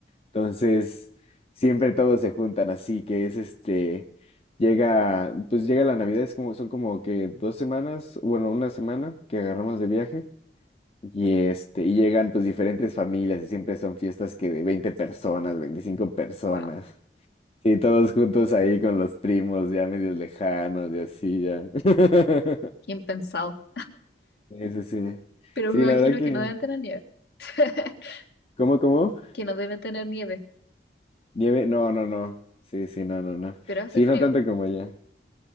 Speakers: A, on the left; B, on the left.
A: Entonces, siempre todos se juntan, así que es este, llega, pues llega la Navidad, es como, son como que dos semanas, bueno, una semana que agarramos de viaje. Y este, y llegan pues diferentes familias y siempre son fiestas que de 20 personas, veinticinco personas.
B: wow,
A: Sí, todos juntos ahí con los primos ya medios lejanos y así ya. <laughs>
B: bien pensado.
A: Sí, sí, sí.
B: Pero
A: Sí,
B: me imagino
A: la verdad que...
B: que no deben tener nieve, <laughs>
A: ¿Cómo, cómo?
B: que no deben tener nieve,
A: Nieve, no, no, no. Sí, sí, no, no, no.
B: pero hace
A: Sí,
B: frío.
A: no tanto como allá.